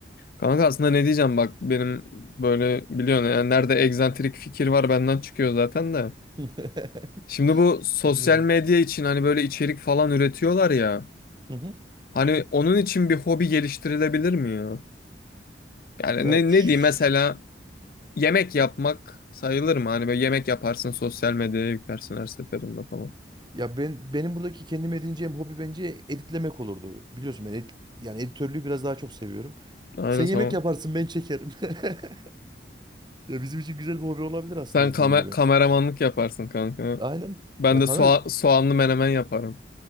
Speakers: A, on the left; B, on the right.
A: Kanka aslında ne diyeceğim bak benim böyle biliyorsun yani nerede egzantrik fikir var benden çıkıyor zaten de.
B: <laughs>
A: Şimdi bu sosyal
B: Biliyorum.
A: medya için hani böyle içerik falan üretiyorlar ya.
B: Hı hı.
A: Hani onun için bir hobi geliştirilebilir mi ya? Yani
B: Ya
A: ne,
B: şş,
A: ne diyeyim mesela yemek yapmak sayılır mı? Hani böyle yemek yaparsın sosyal medyaya yüklersin her seferinde falan.
B: ya ben benim buradaki kendim edineceğim hobi bence editlemek olurdu. Biliyorsun ben edit- yani editörlüğü biraz daha çok seviyorum.
A: Aynen
B: Sen yemek
A: tamam.
B: yaparsın ben çekerim. <laughs> Ya bizim için güzel bir hobi olabilir aslında
A: Sen
B: dediğin
A: kame-
B: gibi.
A: kameramanlık yaparsın kanka.
B: Aynen.
A: Ben
B: Ya kanka
A: de soğa- soğanlı menemen yaparım.